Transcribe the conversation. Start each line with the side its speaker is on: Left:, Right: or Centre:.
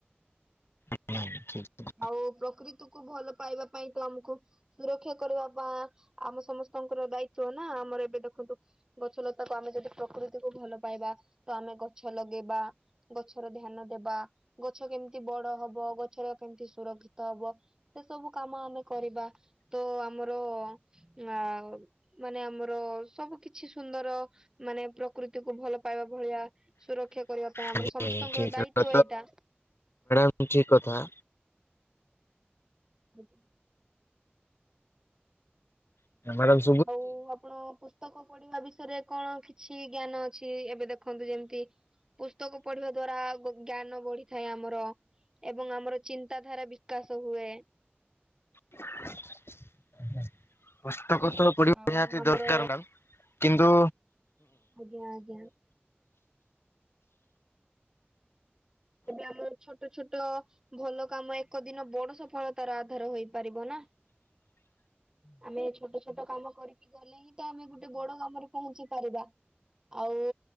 Left: <unintelligible>
Right: ଆଉ ପ୍ରକୃତିକୁୁ ଭଲ ପାଇବା ପାଇଁ ତ ଆମକୁ ସୁରକ୍ଷା କରିବା ବା ଆମ ସମସ୍ତଙ୍କର ଦାୟିତ୍ୱ ନା ଆମର ଏବେ ଦେଖନ୍ତୁ। ଗଛଲତାକୁ ଆମେ ଯଦି ପ୍ରକୃତିକୁ ଭଲ ପାଇବା ତ ଆମେ ଗଛ ଲଗେଇବା। ଗଛର ଧ୍ୟାନ ଦବା ଗଛ କେମିତି ବଡ ହବ ଗଛର କେମିତି ସୁରକ୍ଷିତ ହବ ସେ ସବୁ କାମ ଆମେ କରିବା ତ ଆମର। ଆଉ ମାନେ ଆମର ସବୁ କିଛି ସୁନ୍ଦର ମାନେ ପ୍ରକୃତିକୁୁ ଭଲ ପାଇବା ଭଳିଆ। ସୁରକ୍ଷା କରିବା ପାଇଁ
Left: ସେଇଟା
Right: ଆମର ସମସ୍ତଙ୍କର ଦାୟିତ୍ଵ ଏଇଟା।
Left: ଉଚିତ୍ କଥା।
Right: <unintelligible>
Left: <unintelligible>
Right: ଆଉ ଆପଣ ପୁସ୍ତକ ପଢିବା ବିଷୟରେ କଣ କିଛି ଜ୍ଞାନ ଅଛି ଏବେ ଦେଖ। ଦେଖନ୍ତୁ ଯେମିତି ପୁସ୍ତକ ପଢିବା ଦ୍ଵାରା ଜ୍ଞାନ ବଢିଥାଏ ଆମର ଏବଂ ଆମର ଚିନ୍ତାଧାରା ବି ବିକାଶ ହୁଏ।
Left: ପୁସ୍ତକ ସହ। ପଢ଼ିବା
Right: ଆଉ
Left: ନିହାତି
Right: ଆମର
Left: ଦରକାର ନା କିନ୍ତୁ।
Right: ଆଜ୍ଞା ଆଜ୍ଞା ଏବେ ଆମର ଛୋଟ ଛୋଟ। ଭଲ କାମ ଏକ ଦିନ ବଡ ସଫଳତାର ଆଧାର ହେଇପାରିବ ନା। ଆମେ ଛୋଟ ଛୋଟ କାମ କରି ଗଲେ ହିଁ ତ ଆମେ ଗୋଟେ ବଡ କାମରେ ପହଞ୍ଚି ପାରିବା ଆଉ